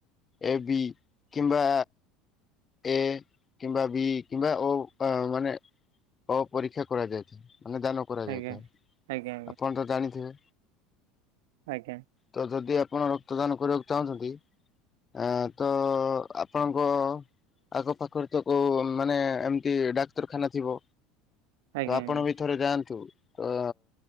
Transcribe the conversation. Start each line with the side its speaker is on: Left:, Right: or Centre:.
Left: ଏ ବି କିମ୍ବା ଏ କିମ୍ବା ବି କିମ୍ବା ଓ ଆଁ ମାନେ ଓ ପରୀକ୍ଷା କରାଯାଇଥାଏ ମାନେ ଦାନ କରାଯାଇଥାଏ।
Right: ଆଜ୍ଞା ଆଜ୍ଞା
Left: ଆପଣ ତ ଜାଣିଥିବେ?
Right: ଆଜ୍ଞା।
Left: ତ ଯଦି ଆପଣ ରକ୍ତଦାନ କରିବାକୁ ଚାହୁଁଛନ୍ତି ଆଁ ତ ଆପ୍ ପଣଙ୍କ ଆଖ ପାଖରେ ତ କୋଉ ମାନେ ଏମିତି ଡାକ୍ତରଖାନା ଥିବ,
Right: ଆଜ୍ଞା
Left: ତ ଆପଣ
Right: ଆଜ୍ଞା।
Left: ବି ଥରେ ଯାଆନ୍ତୁ ଅଁ